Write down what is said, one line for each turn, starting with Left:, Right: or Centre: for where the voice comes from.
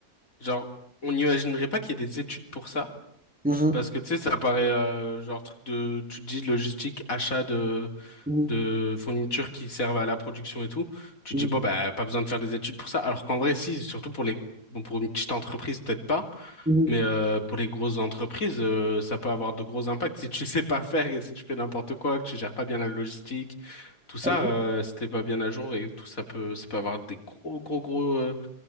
Left: genre, on n'imaginerait pas qu'il y ait des études pour ça.
Centre: Mhm,
Left: Parce que tu sais, ça paraît euh, genre truc de, tu te dis logistique, achat de,
Centre: mhm,
Left: de fournitures qui servent à la production et tout, tu
Centre: mhm,
Left: te dis bon bah pas besoin de faire des études pour ça. Alors qu'en vrai si, surtout pour les bon pour une petite entreprise peut-être pas,
Centre: mhm.
Left: mais euh, pour les grosses entreprises euh, ça peut avoir de gros impacts si tu <laughs> sais pas faire et si tu fais n'importe quoi, que tu gères pas bien la logistique, tout ça
Centre: Allô
Left: euh, si t'es pas bien à jour et tout ça peut ça peut avoir des gros gros gros euh,